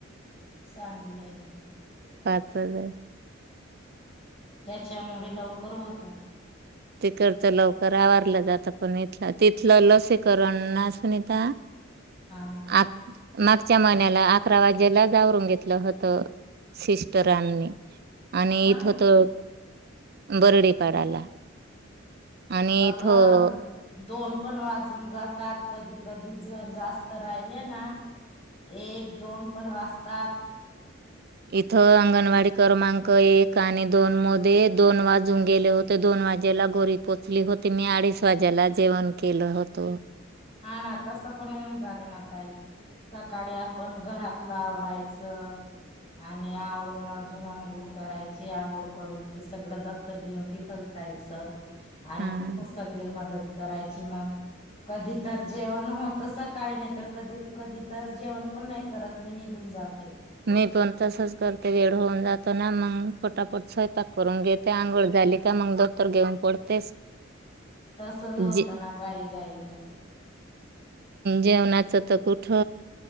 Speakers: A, on the left (about 35°); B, on the right (about 55°).
A: चांगलय
B: पाच हजार
A: <inaudible> त्यांच्यामुळे लवकर होत <unintelligible>
B: ते करता लव तर आवरलं का आता <unintelligible> तिथलं लसीकरण ना सुनीता <inaudible>
A: हा
B: आ - मागच्या महिन्याला अकरा वाजेला आवरून घेतलं होत सिस्टरांनी आणि
A: हा
B: इथ तर बरडीपाडाला आणि
A: अगं
B: इथं
A: दो दोन पण वाजून जातात कधी कधी जर जास्त राहिले ना एक दोन पण वाजतात -
B: इथं अंगणवाडी क्रमांक एक आणि दोन मध्ये दोन वाजून गेले होते दोन वाजेला गोरी पोचली होती मी अडीच वाजेला जेवण केलं होत
A: हा ना तस पण उन झाल ना ताई सकाळी आपण घरात लावरायचं आणि आवून अजून आंघोळ करायची आंघोळ करून ते सगळं दफ्तर घेऊन तिथं जायचं आणि
B: हा
A: तिथ सगळी मदत करायची मग <inaudible> कधी तर जेवण होत सकाळी नाही. तर कधी-कधी तर जेवण पण नाही, करत मी निघून जाते.
B: मी पण तसच करते वेळ होऊन जातो ना मग पटापट सयंपाक करून घे ते आंगळ झाली का मग दपतर घेऊन पडतेस
A: तसच होतं
B: जे
A: ना गाई गाई म
B: जेवणाचं तर कुठ